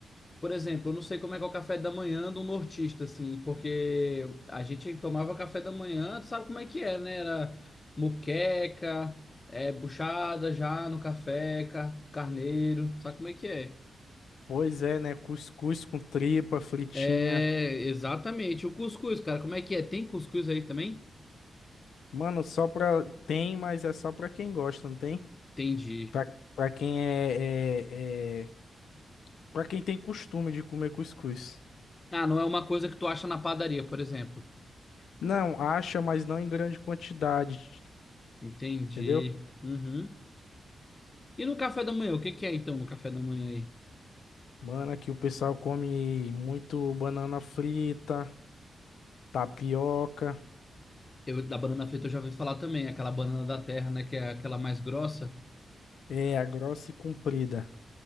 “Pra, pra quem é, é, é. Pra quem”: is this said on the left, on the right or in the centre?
Left